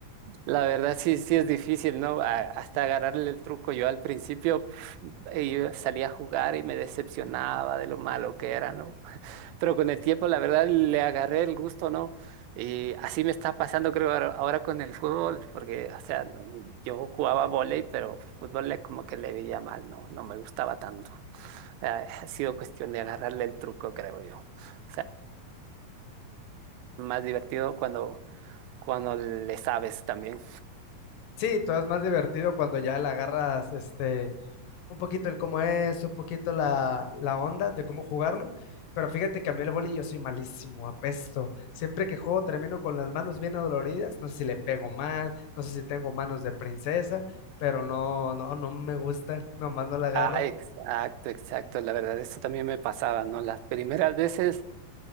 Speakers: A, on the right; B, on the left.
A: La verdad sí, sí es difícil, ¿no? A- hasta agarrarle el truco. Yo al principio pf, eh, salía a jugar y me decepcionaba de lo malo que era, ¿no? Pero con el tiempo, la verdad, le agarré el gusto, ¿no? Y así me está pasando, creo, ahora ahora con el fútbol, porque, o sea, no- no, yo jugaba vóley, pero fútbol le- como que le veía mal, ¿no? No me gustaba tanto. Eh, ha sido cuestión de agarrarle el truco, creo yo. O sea, más divertido cuando, cuando le sabes también.
B: Sí, todo es más divertido cuando ya la agarras, este un poquito el cómo es, un poquito la, la onda de cómo jugarlo. Pero fíjate que a mí el vóley yo soy malísimo, apesto. Siempre que juego termino con las manos bien adoloridas. No sé si le pego mal, no sé si tengo manos de princesa, pero no, no, no me gusta. Nomás no la agarro.
A: Ah, exacto, exacto. La verdad, eso también me pasaba, ¿no? Las primeras veces